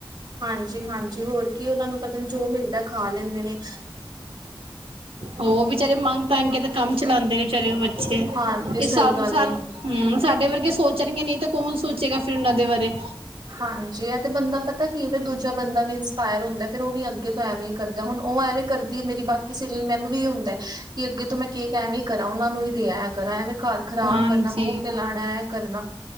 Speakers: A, on the right; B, on the right.
A: ਹਾਂਜੀ ਹਾਂਜੀ ਹੋਰ ਕੀ ਓਹਨਾਂ ਨੂੰ ਪਤਾ ਜੋ ਮਿਲਦੈ ਖਾ ਲੈਂਦੇ ਨੇ।
B: ਔਹ ਵਿਚਾਰੇ ਮੰਗ ਤੰਗ ਕੇ ਤੇ ਕੰਮ ਚਲਾਂਦੇ ਨੇ ਵਿਚਾਰੇ ਓਹ ਬੱਚੇ
A: ਹਾਂਜੀ
B: ਕੋਈ
A: ਸਹੀ
B: ਸਾਨੂੰ
A: ਗੱਲ ਹੈ
B: ਹੂੰ ਸਾਡੇ ਵਰਗੇ ਸੋਚਣਗੇ ਨਹੀਂ ਤਾਂ ਕੌਣ ਸੋਚੇਗਾ ਫਿਰ ਉਨਾਂ ਦੇ ਵਰੇ।
A: ਹਾਂਜੀ ਐ ਤੇ ਬੰਦਾ ਪਤਾ ਕੀ ਏ, ਫਿਰ ਦੂਜਾ ਬੰਦਾ ਵੀ ਇੰਸਪਾਇਰ ਹੁੰਦੈ ਫੇਰ ਓਹ ਵੀ ਅੱਗੇ ਤੋਂ ਐਵੇਂ ਈ ਕਰਦਾ ਹੁਣ ਉਹ ਐਵੇਂ ਕਰਦੀ ਹੈ ਮੇਰੀ ਬਾਕੀ ਸਰੀ ਮੈਨੂੰ ਵੀ ਇਹ ਹੁੰਦਾ ਕਿ ਅੱਗੇ ਤੋਂ ਮੈਂ ਕੇਕ ਐਵੇਂ ਕਰਾਂ ਉਹਨਾਂ ਨੂੰ ਹੀ ਦੇ ਆਇਆ ਕਰਾਂ ਐਵੇ ਘਰ ਖ਼ਰਾਬ
B: ਹਾਂਜੀ
A: ਕਰਨਾ ਮੂੰਹ ਤੇ ਲਾਣਾ ਐ ਕਰਨਾ